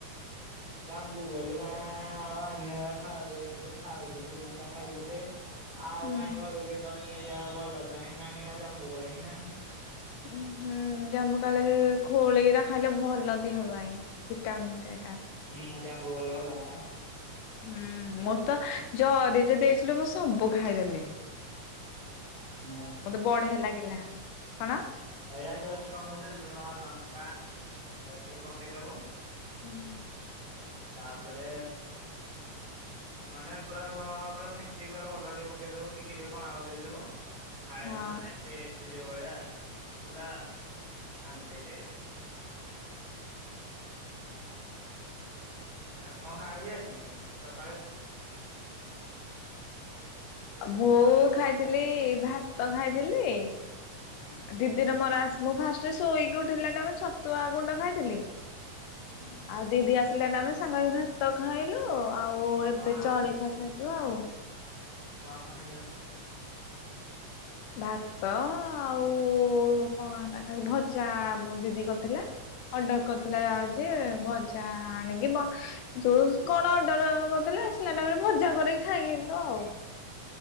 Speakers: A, on the right; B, on the left.
A: ଜାମ୍ବୁ କୋଳି ମା ଆଉ ଆଣି ସେଇଟେ ଖାଉ ଥିଲି ଗୁଣ୍ଡା ଖାଇ ଦେଲି। ଆଉ
B: ଉଁ
A: କାହିଁ ଘର କେତବେଳେ ନେଇଯ ଭଲ ତ ହିଁ ନାହିଁ ଆଉ ଜାମ୍ବୁକୋଳି ହିଁ ନାହିଁ।
B: ଉୁଁ ହୁଁ। ହୁଁ ଜବୁ କାଳୀ ଖୋଳିଇ ରା ଖାଇଲେ ଭଲ ଦିହପାଇଁ ଭିଟାମିିନା ଟା ଏଇଟା।
A: ହୁଁ ଜାମ୍ବୁ କୋଳି ଭଲ ନା।
B: ହୁଁ ମୁଁ ତ ଜରିରେ ଦେଇିଥିଲୁ ମୁଁ ସବୁ ଖାଇଦେଲି।
A: ହଁ
B: ମତେ ବଢିଆ ଲାଗିଲା କଣ?
A: ଭଇଳା ଜସ କଣ କିଲୁ ଲୁଣ ଲଙ୍କା ଜସ ପକେଇଦବୁ
B: ହୁଁ।
A: ତାପରେ ମାନେ ପୁରା ଲୁଣ ଲଙ୍କା ପୁରା ଫେଣ୍ ପ ଭଲ ଟିକେ ପକେଇଦବୁ ଟିକେ ଟିକେ କଣା କରିଦେଇଥିବୁ ଖାଇବୁ
B: ହଁ
A: ମାନେ ଟେଷ୍ଟ ଯୋଉ ଭଳିଆ ପୁରା ଖାନ୍ତି ଟେଷ୍ଟ। ଆଉ କଣ ଖାଇଯି ଯେ <unintelligible>
B: ବୋଉ
A: ହାଲୋ।
B: ଖାଇ ଥିଲି ଭାତ ଖାଇଥିଲି।
A: ହୁଁ।
B: ଦିଦିରେ ମୋର ମୁଁ ଫାଷ୍ଟ ଶୋଇକି ଉଠିଲା ଟେ ଛତୁଆ ଗୁଣ୍ଡ ଖାଇଥିଲି।
A: ହୁଁ।
B: ଆ ଦିଦି ଆସିଲେଣି ଆମେ ସାଙ୍ଗ ଭାତ ଖାଇଲୁ ଆଉ ଏବେ
A: କଣ ନବନା
B: ଜଳିଖିଆ ଖାଇଲୁ ଆଉ।
A: କ କ ହେଇଆତ
B: ଭାତ ଆଉ କଣ ସେରା ଖାଇ ଭଜା ଦିଦି କରିଥିଲା। ଅର୍ଡର କରିଥିଲା
A: ହୁଁ
B: ଯେ ଭଜା ଆଣିକି ପ ଯୋଉ କଣ ଅର୍ଡର କରିଦେଲେ ଆସିଲା ଟାଇମ୍ ରେ ଭଜା କରିକି ଖାଇକି ଆସିଲୁ ଆଉ।